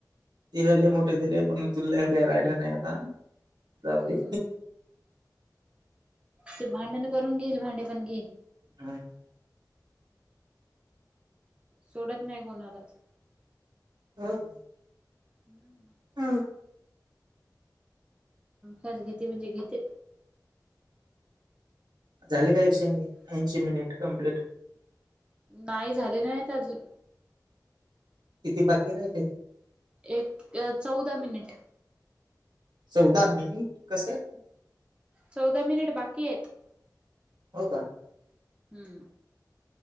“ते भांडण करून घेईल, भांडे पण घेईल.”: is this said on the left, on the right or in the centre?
Right